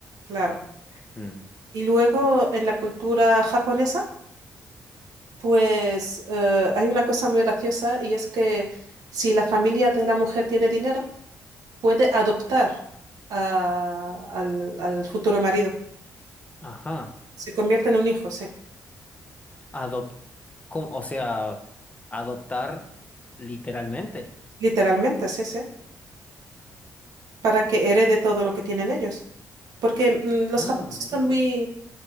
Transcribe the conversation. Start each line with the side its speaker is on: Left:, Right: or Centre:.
Right: Claro.
Left: Mm,
Right: Y luego
Left: sí.
Right: en la cultura japonesa, pues eh, hay una cosa muy graciosa y es que si la familia de la mujer tiene dinero, puede adoptar a- al, al futuro marido.
Left: Ajá.
Right: Se convierte en un hijo, sí.
Left: Adop ¿cómo? O sea, adoptar literalmente.
Right: Literalmente, sí, sí. Para que herede todo lo que tienen ellos. Porque mm, los
Left: Ah,
Right: japoneses
Left: mira.
Right: son muy,